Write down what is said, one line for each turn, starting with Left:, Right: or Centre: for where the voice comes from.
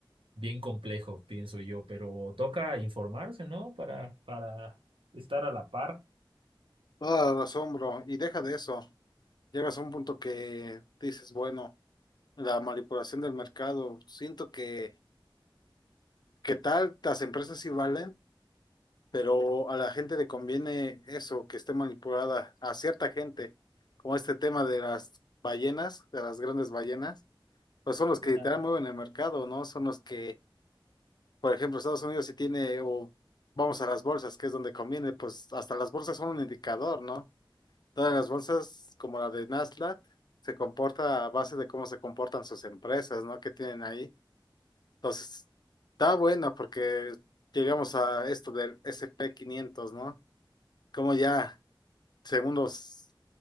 Right: bien complejo, pienso yo, pero toca informarse, ¿no? Para, para estar a la par.
Left: Todo asombro, y deja de eso. Llegas a un punto que dices, bueno, la manipulación del mercado, siento que, que tal, las empresas sí valen. pero a la gente le conviene eso, que esté manipulada a cierta gente, como este tema de las ballenas, de las grandes ballenas, pues son los
Right: Claro.
Left: que literal mueven el mercado, ¿no? Son los que, por ejemplo, Estados Unidos si tiene, o vamos a las bolsas, que es donde conviene, pues hasta las bolsas son un indicador, ¿no? Todas las bolsas, como la de Nasdaq, se comporta a base de cómo se comportan sus empresas, ¿no? Que tienen ahí. Entonces, está buena porque llegamos a esto del S and P quinientos ¿no? Como ya, según los,